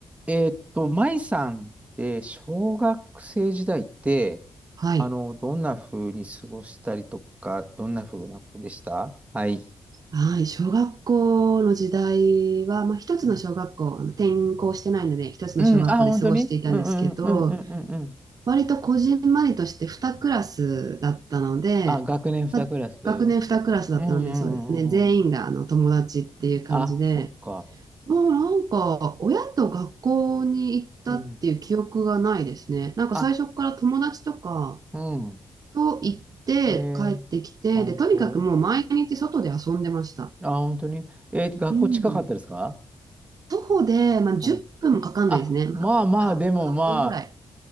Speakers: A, on the right (about 15°); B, on the right (about 50°).
A: えーっと、舞さんって小学生時代って、
B: はい。
A: あの、どんな風に過ごしたりとか、どんな風な子でしたはい。
B: はい。小学校の時代は、まあ、一つの小学校、
A: うん、
B: あの転校してないので、一つの小学校で過ごしていたんですけど、
A: うんあ、本当にうんうんうんうんうんうん。
B: 割とこじんまりとして2クラスだったので、
A: あ、学年2クラスうん
B: まあ、学年2クラスだったので、
A: うんうんうんうん。
B: そうですね。全員があの友達っていう感じで、
A: あ、そっか。
B: もうなんか、親と学校に行ったっていう記憶がないですね。
A: うん。
B: なんか最初から友達とか
A: あ、うん。
B: と行って帰ってきて、
A: えー、あ、本当
B: で、とにかくもう毎日外で遊んでました。
A: あ、本当にえー、学校近かったですか
B: うん。徒歩で、まあ、10分もかかんないですね。
A: うん。あ、
B: まあ、
A: まあまあ、
B: は8分ぐらい。
A: でもまあ、